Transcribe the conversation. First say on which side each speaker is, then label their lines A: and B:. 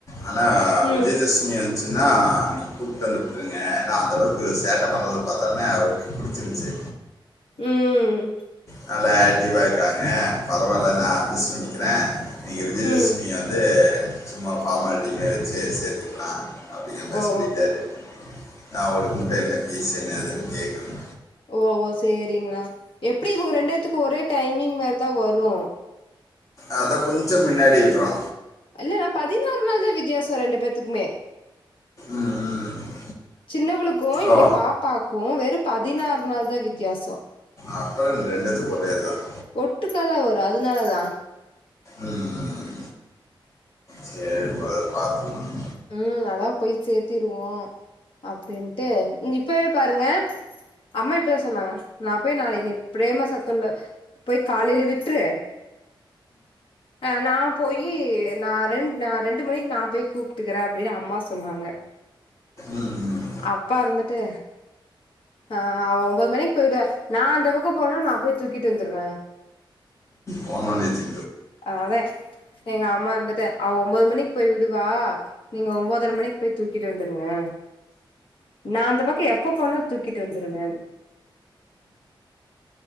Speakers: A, on the left (about 35°); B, on the left (about 75°).
A: ஆனா
B: ம்
A: விஜய தசமி அன் நா அன்னக்கி கூப்ட்டு வந்துருப்பங்க ஏன்னா அந்தளவுக்கு சேட்ட பண்றது பாத்தோனே அவருக்கு புடிச்சிருச்சு
B: ம்
A: நல்லா ஆக்டிவா இருக்காங்க பரவால்ல நா அட்ஜஸ் பண்ணிக்கிற நீங்க விஜயதசமி
B: ம்
A: வந்து சும்மா ஃபார்மாலிட்டி மேரி வச்சி சேத்துக்கலா அப்படிங்கற மாரி
B: ஓ
A: சொல்லிட்டாரு
B: ஓ
A: நா ஒட <unintelligible> என்ன ஃபீஸ் என்ன ஏதுன் கேக்கணு
B: ஓ ஓ செரிங்கணா எப்டியு இவங்க ரெண்டு பேத்துக்கு ஒரே டைமிங் மாரிதா வரு
A: அதா கொஞ்சொ முன்னாடி விட்ருவா
B: ல ணா பதினாறு நாள் தா வித்தியாசொ ரெண்டு பேத்துக்குமே
A: ம் ம்.
B: சின்னவளுக் கு இங்க
A: ஓ
B: பாப்பா கு வெறு பதினாறு நாள் தா வித்தியாசொ
A: அப்புறம் ரெண்டுத்துக்கு ஒரே இதுதான்
B: ஒட்டுக்காதா வரு அதுனாலதா
A: ம் ம். சரி பிரதர் பார்த்துக்கலாம்
B: உம் அதா போய் சேத்திருவோ அப்டின்ட்டு இப்பவே பாருங்க அம்மா இப்பதா சொன்னாங்க நா போய் நாள இன்ன ப்ரேம சத்தம்ல போய் காலையில விட்ரு அ நா போயி நா ரெண் நா ரெண்டு மணிக்கு நா போய் கூப் ட்டுக்குற அப்டின் அம்மா சொன்னாங்க
A: ம்
B: அப்பா இருந்துட்டு ஆ அவ ஒம்போது மணிக் போயிடுவ நா அந்த பக்கொ போனனா நா போய் தூக்கிட்டு வந்துருவ
A: போனோ நேத்தி
B: அதே எங்க அம்மா இருந்துட்டு அவ ஒம்போது மணிக்கு போய் விடுவா நீங்க ஒன்பதர மணிக்கு போய் தூக்கிட்டு வந்துருங்க நா அந்த பக்கொ எப்ப போனாலு தூக்கிட்டு வந்துருவே